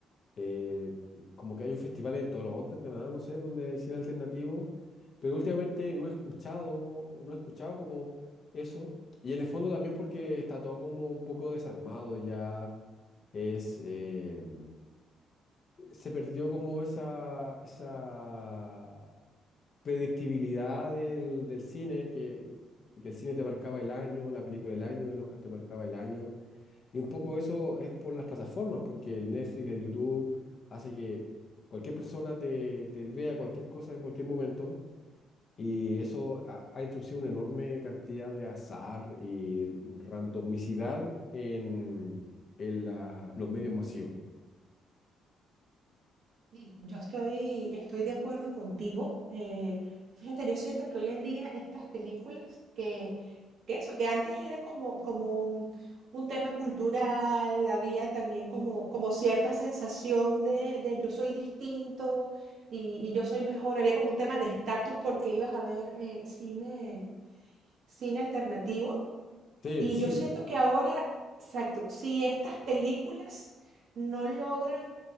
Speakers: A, on the left; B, on the right.
A: eh, como que hay un festival en Toronto, en Canadá, no sé, donde hay cine alternativo, pero últimamente no he escuchado, no he escuchado como eso, y en el fondo también porque está todo como un poco desarmado ya, es... eh, se perdió como esa, esa predictibilidad del, del cine, que, que el cine te marcaba el año, la película del año, el Oscar te marcaba el año. Y un poco eso es por las plataformas, porque el Netflix, el YouTube, hace que cualquier persona te, te vea cualquier cosa en cualquier momento. Y eso ha, ha introducido una enorme cantidad de azar y randomicidad en, en la- los medios masivos.
B: Sí, yo estoy, estoy de acuerdo contigo. Eh, fíjate, yo siento que hoy en día estas películas que, que eso, que antes era como, como un, un tema cultural, había también como, como cierta sensación de, de yo soy distinto y, y yo soy mejor, había como un tema de estatus porque ibas a ver eh, cine, cine alternativo.
A: Sí,
B: Y
A: <laughs> sí,
B: yo siento que ahora, exacto, si estas películas no logran